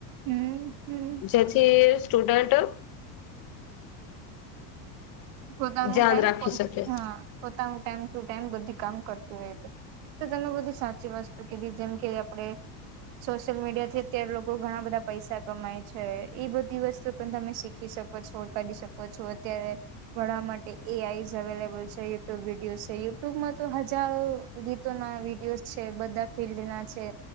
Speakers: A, on the right (about 65°); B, on the left (about 45°).
A: હમ હમ.
B: જેથી સ્ટુડન્ટ.
A: પોતાનું
B: ધ્યાન
A: ટાઈમ
B: રાખી
A: કો
B: શકે
A: હ પોતાનું ટાઈમ ટુ ટાઈમ બધી કામ કરતું રહે તો. તો તમે બધી સાચી વસ્તુ કીધી જેમ કે આપણે સોશિયલ મીડિયા થી. અત્યારે લોકો ઘણા બધા પૈસા કમાય છે એ બધી વસ્તુ પણ તમે શીખી શકો છો. કરી શકો છો અત્યારે વણવા માટે એ આઈ અવેલેબલ છે યુટ્યુબ વિડીયો છેય. યુટ્યુબમાં તો હજારો ગીતો ના વિડીયોઝ છે બધા ફિલ્ડ ના છે.